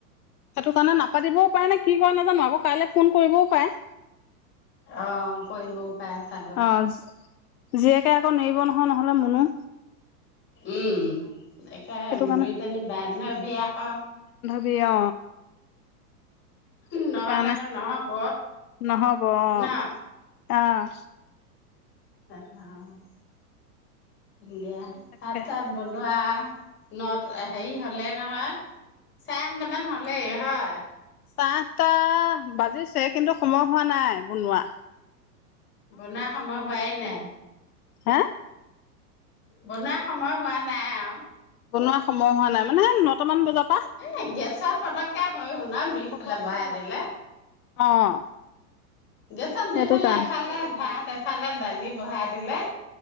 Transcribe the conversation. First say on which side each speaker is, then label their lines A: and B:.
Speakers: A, on the left; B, on the left.
A: সেইটো কাৰণে নাপাতিবও পাৰে নে কি কৰে নাজানোঁ। আকৌ কাইলে ফোন কৰিবও পাৰে!
B: অ' কৰিবও। পাৰে চাগৈ
A: অ'- জীয়েকে আকৌ নেৰিব নহয়! নহ'লে মুনু
B: উম, একে
A: সেইটো কাৰণে
B: -দুইজনী বান্ধবী আক'।
A: বিয়া। সেইটো
B: নহ'লেতো
A: কাৰণে-
B: নহ'ব
A: নহ'ব। অ'হ।
B: ন? পেহা- এয়া
A: তাকে
B: ভাত চাত বনোৱা- নট- হেই হ'লেই নহয়। চাৰে আঠটামান হ'লেই হয়?
A: চায়ে আঠটা বাজিছে, কিন্তু সময় হোৱা নাই বনোৱা।
B: বনোৱা সময় হোৱায়ে নাই।
A: হা?
B: বনোৱা সময় হোৱা নাই আও।
A: বনোৱা সময় হোৱা নাই, মানে নটামান বজাত।
B: এ' গেছত পতক্‌কে হৈ শুনক দুইফালে
A: পতককে
B: বহাই
A: হয়
B: দিলে।
A: অ
B: গেছত
A: সেইটো
B: দুইফালে
A: কাৰণে
B: এফালে ভাত, এফালে দালি বহাই দিলে